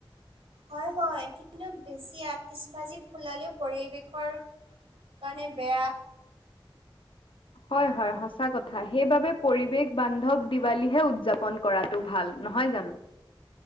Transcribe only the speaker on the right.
হয়, হয়, কিন্তু বেছি আতিচ ভাজি ফুলালেও পৰিৱেশৰ সেই কাৰণে বেয়া।